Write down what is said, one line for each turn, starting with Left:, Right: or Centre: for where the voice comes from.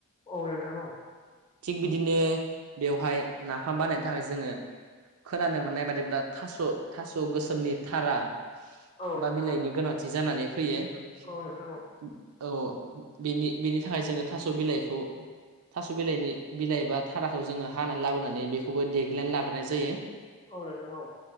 Left: औ नोंथां औ
Right: थिग बिदिनो बेवहाय नाफाम बानायनो थाखाय जोङो खोनानो मोननाय बादिब्ला थास' थास' गोसोमनि थारा
Left: औ
Right: बा
Left: नोंथां
Right: बिलाइनि
Left: औ
Right: गोनांथि जानानै फैयो।
Left: औ नोंथां औ
Right: औ बेनि बेनि थाखाय जोङो थास' बिलाइखौ थास' बिलाइनि बिलाइ एबा थाराखौ जोङो हानानै लाबोनानै बेखौबो देग्लिनानै लाग्रोनाय जायो।
Left: औ नोंथां औ